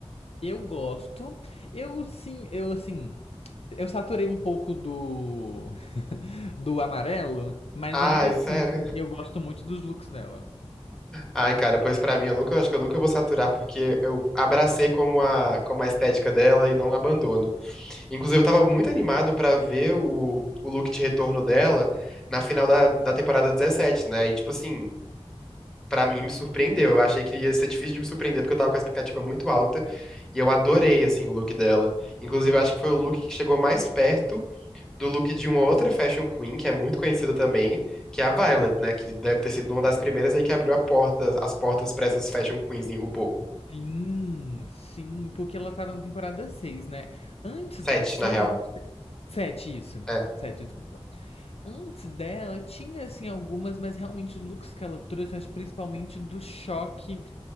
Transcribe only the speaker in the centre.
Ai,
sério.
Ai, cara, pois pra mim eu nunca, acho que eu nunca vou saturar porque eu abracei como a, como a estética dela e não abandono. Inclusive, eu tava muito animado pra ver o, o look de retorno dela na final da, da temporada 17, né? E, tipo assim, pra mim me surpreendeu. Eu achei que ia ser difícil de me surpreender, porque eu tava com a expectativa muito alta. E eu adorei, assim, o look dela. Inclusive, eu acho que foi o look que chegou mais perto do look de uma outra fashion queen, que é muito conhecida também, que é a Violet, né? Que deve ter sido uma das primeiras aí que abriu a porta, as portas pra essas fashion queens em RuPaul.
Sete,
na real.
É.